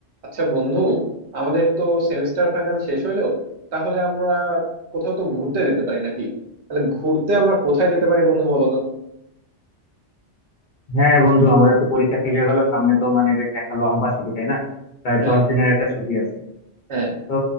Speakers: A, on the right; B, on the left.
A: আচ্ছা বন্ধু আমাদের তো সেমিস্টার ফাইনাল শেষ হইলো তাহলে আমরা কোথাও তো ঘুরতে যেতে পারি নাকি তাহলে ঘুরতে আমরা কোথায় যেতে পারি বন্ধু বলো তো
B: হ্যাঁ বন্ধু আমাদের তো পরীক্ষা শেষ হয়ে গেল সামনে তো মানে বেশ একটা লম্বা ছুটি তাই না প্রায়
A: হ্যাঁ
B: দশ দিনের একটা ছুটি আছে
A: হ্যাঁ
B: তো